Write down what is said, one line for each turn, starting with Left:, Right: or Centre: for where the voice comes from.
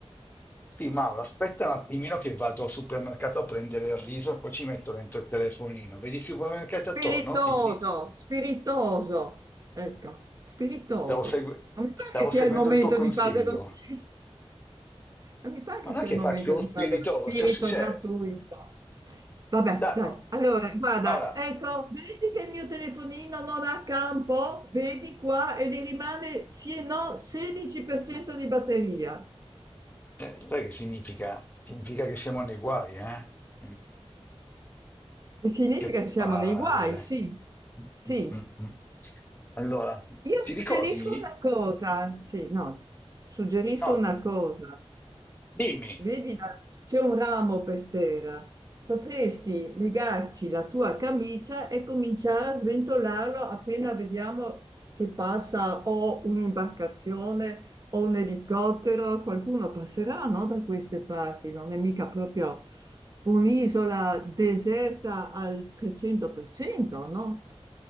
Left: Sì, Mauro, aspetta un attimino che vado al supermercato a prendere il riso e poi ci metto dentro il telefonino. Vedi i supermercati
Right: Spiritoso,
Left: attorno? Dimmi.
Right: spiritoso. Ecco, spiritoso.
Left: Stavo, segu-
Right: Non mi
Left: stavo
Right: pare che sia
Left: seguendo
Right: il momento
Left: il tuo consiglio,
Right: di fare dello spirito. Non mi pare
Left: ma
Right: che
Left: non
Right: sia
Left: è che
Right: il momento
Left: faccio lo
Right: di
Left: spiritoso,
Right: fare dello spirito
Left: cioè, cioè,
Right: gratuito. Vabbè,
Left: dai,
Right: dai.
Left: no.
Right: Allora, guarda,
Left: ma ora,
Right: ecco, vedi che il mio telefonino non ha campo? Vedi qua e gli rimane sì e no 16% di batteria.
Left: eh, sai che significa? Significa che siamo nei guai, eh? Mm.
Right: Che significa
Left: Che
Right: che siamo
Left: palle.
Right: nei guai, sì,
Left: Mm,
Right: sì.
Left: mm, mm, mm. Allora,
Right: Io
Left: ti
Right: suggerisco
Left: ricordi?
Right: una cosa, sì, no, suggerisco
Left: No,
Right: una cosa.
Left: dimmi.
Right: Vedi, là, c'è un ramo per terra. Potresti legarci la tua camicia e cominciare a sventolarlo appena vediamo che passa o un'imbarcazione o un elicottero. Qualcuno passerà, no, da queste parti. Non è mica proprio un'isola deserta al 300%, no?